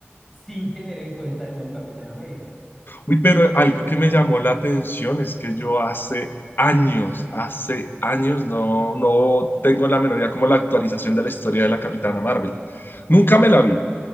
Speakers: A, in the centre; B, on the left (about 50°).
A: sin tener en cuenta el nuevo Capitán América.
B: Uy, pero algo
A: O sea,
B: que me llamó la atención es que yo hace años, hace años no, no tengo la menor idea como la actualización de la historia de la Capitana Marvel. Nunca me la vi,